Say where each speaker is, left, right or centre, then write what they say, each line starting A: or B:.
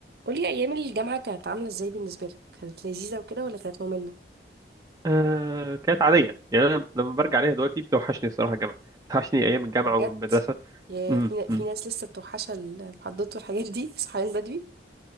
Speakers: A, on the right (about 55°); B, on the right (about 20°).
A: قولي ايام الجامعه كانت عامله ازاي بالنسبه لك كانت لذيذه وكده ولا كانت ممله
B: آه كانت عادية يعني أنا لما برجع عليها دلوقتي بتوحشني الصراحة الجامعة بتوحشني أيام الجامعة
A: بجد
B: والمدرسة
A: يا
B: امم
A: في ن- في
B: أمم.
A: ناس لسه بتوحشها المحاضرات والحاجات دي صحيان بدري